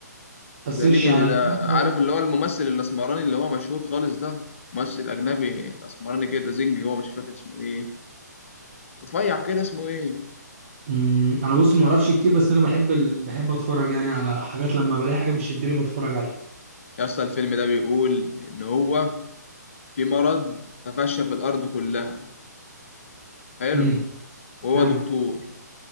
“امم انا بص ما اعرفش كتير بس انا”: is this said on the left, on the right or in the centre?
Right